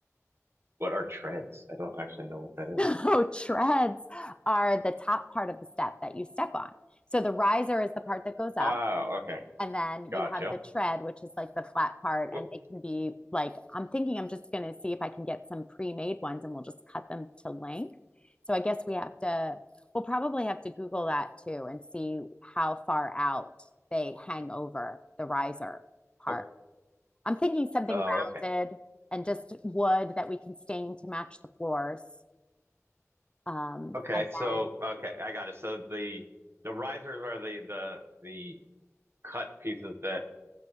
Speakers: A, on the right; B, on the left.
A: what are treads? I don't actually know what that is.
B: <laughs> So treads are the top part of the step that you step on. So the riser is the part that goes up
A: Oh, okay.
B: And then
A: Gotcha.
B: you have the tread, which is like the flat part.
A: Whoop.
B: And it can be like, I'm thinking I'm just going to see if I can get some pre made ones and we'll just cut them to length. So I guess we have to, we'll probably have to Google that too and see how far out they hang over the riser part.
A: Oh,
B: I'm thinking something
A: oh, okay.
B: rounded and just wood that we can stain to match the floors. Um,
A: Okay.
B: and
A: So,
B: then
A: okay, I got it. So the the risers are the the the cut pieces that